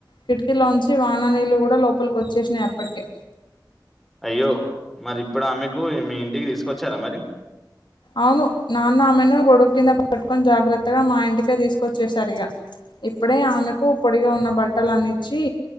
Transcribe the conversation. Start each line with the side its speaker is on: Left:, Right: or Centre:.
Left: కిటికీలోంచి వాన నీళ్ళలు కూడా లోపలికి వచ్చేసినాయి అప్పటికే
Centre: అయ్యో మరి ఇప్పుడు ఆమెకు మీ ఇంటికి తీసుకొచ్చారా మరి
Left: అవును నాన్న ఆమెను కొడుకు కింద పట్టుకొని జాగ్రత్తగా మా ఇంటికే తీసుకొచ్చేశారు ఇగా ఇప్పుడే ఆమెకు పొడిగా ఉన్న బట్టలు అన్నిచ్చి